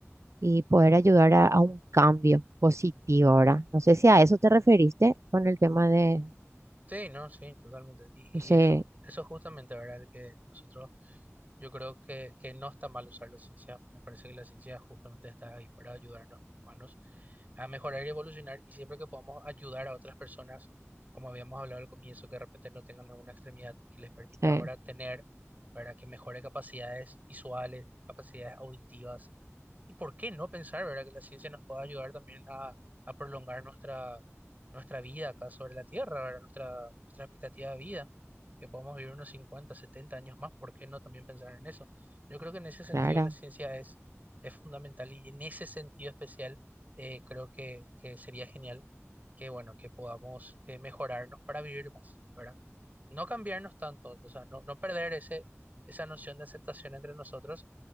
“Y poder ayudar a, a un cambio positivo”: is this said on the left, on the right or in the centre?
Right